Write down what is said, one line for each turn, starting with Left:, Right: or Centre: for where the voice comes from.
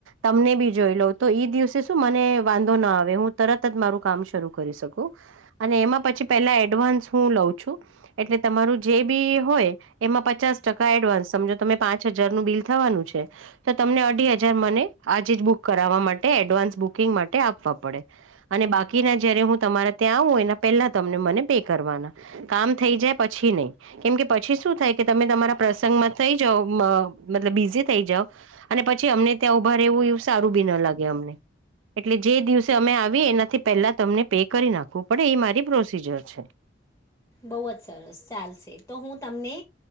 Right: તમ ને ભી જોઈ લઉં તો એઈ દિવસે શું મને વાંધો ના આવે હું તરત જ મારું કામ શરૂ કરી શકું. અને એમાં પછી પેલા એડવાન્સ હું લઉં છું એટલે તમારું જે ભી હોય એમાં પચાસ ટકા એડવાન્સ સમજો તમે પાંચ હજારનું બિલ થવાનું છે તો તમને અઢી હજાર મને આજે જ બુક કરાવવા માટે એડવાન્સ બુકિંગ માટે આપવવા પડે અને બાકીના જયારે હું તમારા ત્યાં આવું એના પેલા તમને મને પે કરવાના કામ થઈ જાય પછી નહી કેમ કે પછી શું થાય કે તમે તમારા પ્રસંગમાં થઈ જાવ મ મતલબ બીઝી થઈ જાવ અને પછી અમને ત્યાં ઉભા રહેવું એવું સારું ભી ના લાગે અમને એટલે જે દિવસે અમે આવીએ એનાથી પેહેલા તમને પે કરી નાખવું પડે એ મારી પ્રોસીજર છે.
Left: બહુ જ સરસ ચાલશે તો હું તમને